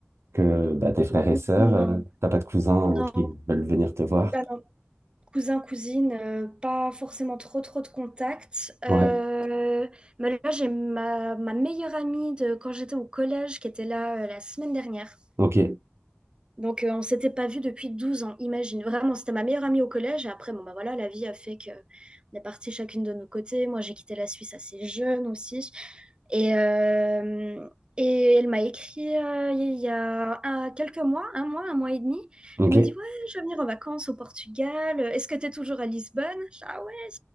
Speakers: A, on the right; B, on the right.
A: que bah, tes frères et
B: N-
A: sœurs,
B: Non,
A: euh, t'as pas de cousins
B: non,
A: euh, qui veulent venir te voir.
B: pas non. Cousin, cousine, euh, pas forcément trop trop de contacts. Euh,
A: Ouais,
B: mais là, j'ai ma, ma meilleure amie de quand j'étais au collège qui était là euh, la semaine dernière.
A: ok,
B: Donc, euh, on s'était pas vu depuis 12 ans, imagine. Vraiment, c'était ma meilleure amie au collège. Et après, bon, bah voilà, la vie a fait que on est partis chacune de nos côtés. Moi, j'ai quitté la Suisse assez jeune aussi. Et, euh, et elle m'a écrit euh, il y a un- quelques mois, un mois, un mois et demi.
A: ok.
B: Elle me dit, ouais, je vais venir en vacances au Portugal. Est-ce que tu es toujours à Lisbonne? Je dis, ah ouais.